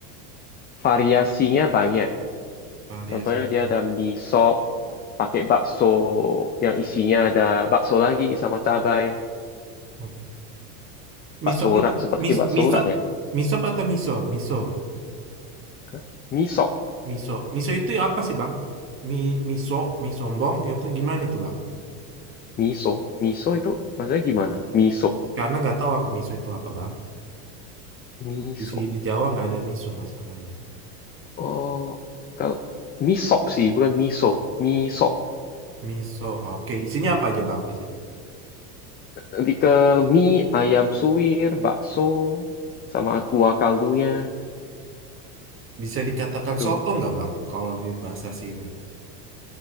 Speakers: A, on the left (about 20°); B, on the right (about 25°).
A: variasinya banyak.
B: Variasi.
A: Contohnya dia ada mie sop pakai bakso yang isinya ada bakso lagi sama cabai,
B: Hmm. Misop
A: bakso urat
B: itu
A: seperti
B: mis,
A: bakso
B: misop
A: urat ya.
B: misop atau miso? Miso.
A: Hah? Mie sop,
B: Miso. Miso itu apa sih, Bang? Mi, miso, mie sombong, ya atau gimana itu, Bang?
A: miso, miso itu maksudnya gimana? Miso,
B: Karena nggak tahu aku miso itu apa, Bang.
A: miso.
B: Di sini di Jawa nggak ada miso masalahnya.
A: Oh, kalau mie sop sih, bukan miso. Mie sop.
B: Miso, oke. Isinya apa aja, Bang, biasanya?
A: Lebih ke mie, ayam suwir, bakso, sama
B: Hmm.
A: kuah kaldunya.
B: Bisa dikatakan
A: Tuh,
B: soto nggak, Bang? Kalau di bahasa sini.